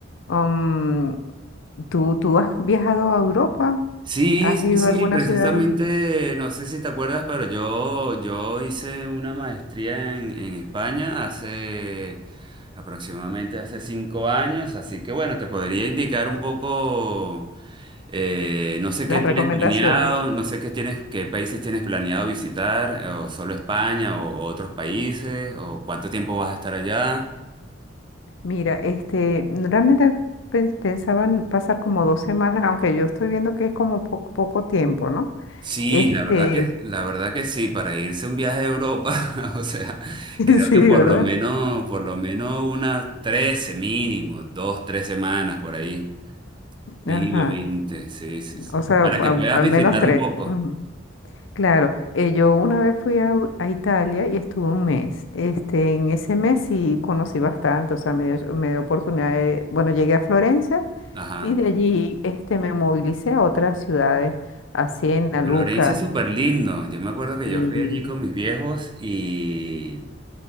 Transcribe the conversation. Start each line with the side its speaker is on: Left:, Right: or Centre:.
Left: um, ¿tú, tú has viajado a Europa?
Right: Sí,
Left: ¿Has
Right: sí,
Left: ido
Right: sí,
Left: a alguna
Right: precisamente,
Left: ciudad? en-
Right: no sé si te acuerdas, pero yo, yo hice una maestría en, en España hace aproximadamente hace cinco años, así que bueno, te podría indicar un poco. Eh, no sé
Left: Las
Right: qué tienes
Left: recomendaciones.
Right: planeado, no sé qué tienes, qué países tienes planeado visitar, eh, o solo España, o, o otros países, o cuánto tiempo vas a estar allá.
Left: Mira, este, realmente pens- pensaban pasar como dos semanas, aunque yo estoy viendo que es como po- poco tiempo, ¿no?
Right: Sí,
Left: Este,
Right: la verdad que, la verdad que sí, para irse un viaje a Europa, <laughs> o sea, creo
Left: <laughs> sí,
Right: que por
Left: ¿verdad?
Right: lo menos, por lo menos unas 13 mínimo, dos, tres semanas por ahí, mínimamente,
Left: Ajá.
Right: sí, sí, sí.
Left: O sea,
Right: Para
Left: a-
Right: que puedas
Left: al
Right: visitar
Left: menos tres.
Right: un poco.
Left: Ujú. Claro, eh, yo una vez fui a, U- a Italia y estuve un mes. Este, en ese mes sí conocí bastante, o sea, me dio, me dio oportunidad de, bueno, llegué a Florencia
Right: Ajá.
Left: y de allí este, me movilicé a otras ciudades, a Siena, Luca,
Right: Florencia es súper lindo. Yo me acuerdo que
Left: y
Right: yo fui allí con mis viejos y